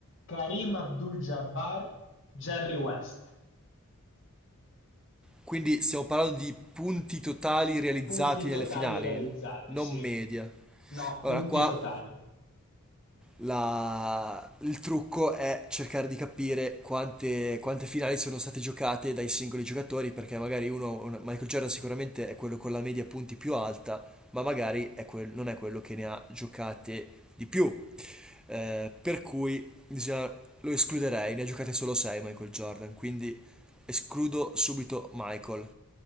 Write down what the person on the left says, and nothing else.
Karim Abdul-Jabbar, Jerry West.
Punti totali
realizzati,
sì.
No, punti
totali.